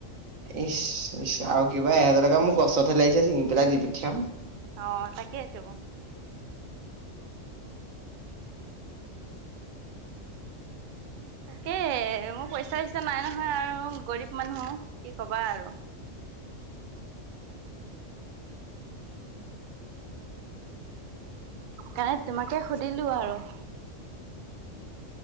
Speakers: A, on the right; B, on the right.
A: ইচ ইচ আৰু কিবা, এহেজাৰ টকা মোৰ গছতহে লাগিছে চিঙি পেলাই দি পঠিয়াম।
B: অ তাকেইতো। তাকে মোৰ পইচা চইচা নাই নহয় আৰু গৰীব মানুহ, কি কবা আৰু। সেইকাৰণে তোমাকে সুধিলো আৰু।